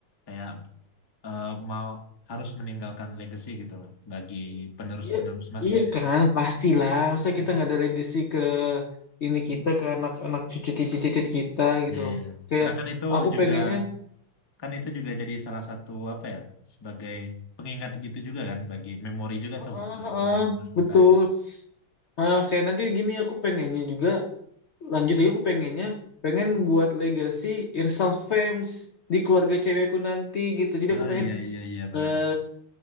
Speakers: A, on the left; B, on the left.
A: kayak eh, mau harus meninggalkan legacy gitu loh bagi penerus-penerus
B: iya
A: mas
B: iya
A: gitu ya.
B: kan pastilah masa
A: Hmm.
B: kita nggak ada legacy ke ini kita ke anak-anak cucu cucu-cucu-cucu kita gitu
A: Iya
B: loh
A: iya. iya.
B: kayak
A: Karena kan itu
B: aku
A: juga
B: pengennya
A: Kan itu juga jadi salah satu apa ya sebagai pengingat gitu juga kan bagi memori juga
B: heeh
A: tuh bagi
B: heeh
A: penerus-penerus
B: betul
A: kita itu.
B: ah kayak nanti gini aku pengennya juga lanjut lagi aku pengennya pengen buat legacy Irsal Fems di keluarga cewekku nanti gitu jadi
A: Oh
B: aku pengen
A: iya iya iya benar.
B: eh